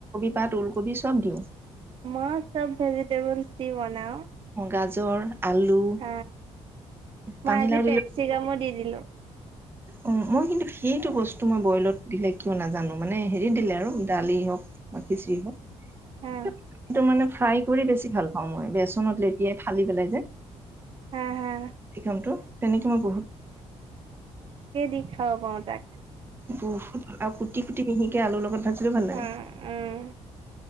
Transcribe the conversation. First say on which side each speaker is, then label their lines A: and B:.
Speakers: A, on the right; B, on the right.
A: বা ওলকবি চব দিওঁ
B: মই চব ভেজিটেবল দি বনাওঁ
A: অ গাজৰ আলু
B: হ মই
A: পানীলাও
B: আজি পেপচিকামো
A: দিলে
B: দি দিলোঁ
A: অ মই কিন্তু সেইটো বস্তু মই বইলত দিলে কিয় নাজানো মানে হেৰি দিলে আৰু দালি হওক বাকী যি হটো
B: হা
A: মানে ফ্ৰাই কৰি বেছি ভাল পাওঁ মই বে ত লেতিয়াই ফালি পেলাই যে
B: হা হা
A: শ কামটো তেনেকে মই বহুত
B: কেই দি খাব পাওঁ তাক।
A: বহুত আৰু কুটি কুটি তেনেকে আলুৰ লগত ভাজিলেও ভাল লাগে।
B: উম উম,